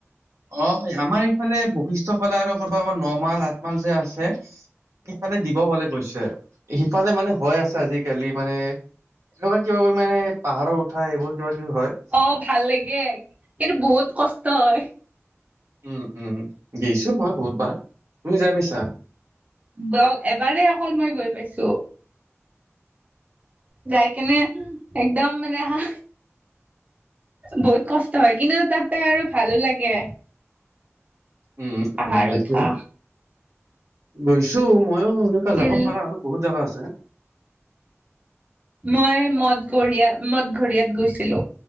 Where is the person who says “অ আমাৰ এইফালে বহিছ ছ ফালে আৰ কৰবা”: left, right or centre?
Right